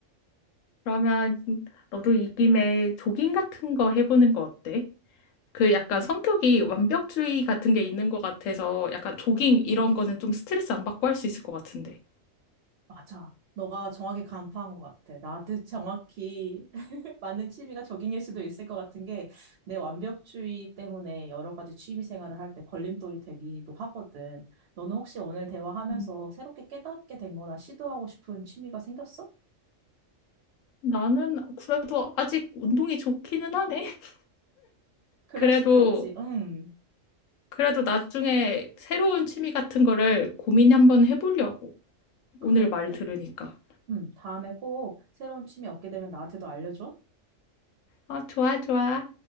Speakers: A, on the left; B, on the right.
A: 그러면 너도 이 김에 조깅 같은 거 해보는 거 어때? 그 약간 성격이 완벽주의 같은 게 있는 것 같아서 약간 조깅 이런 거는 좀 스트레스 안 받고 할 수 있을 것 같은데.
B: 맞아. 너가 정확히 간파한 것 같아. 나한테 정확히 <laughs> 맞는 취미가 조깅일 수도 있을 것 같은 게 내 완벽주의 때문에 여러 가지 취미 생활을 할 때 걸림돌이 되기도 하거든. 너는 혹시 오늘 대화하면서
A: 음.
B: 새롭게 깨닫게 된 거나 시도하고 싶은 취미가 생겼어?
A: 나는 그래도 아직 운동이 좋기는 하네. <laughs>
B: 그럴
A: 그래도
B: 수도 있지. 응.
A: 그래도 나중에 새로운 취미 같은 거를 고민 한번 해보려고.
B: 그래,
A: 오늘 말
B: 그래.
A: 들으니까.
B: 응. 다음에 꼭 새로운 취미 얻게 되면 나한테도 알려줘.
A: 어, 좋아, 좋아.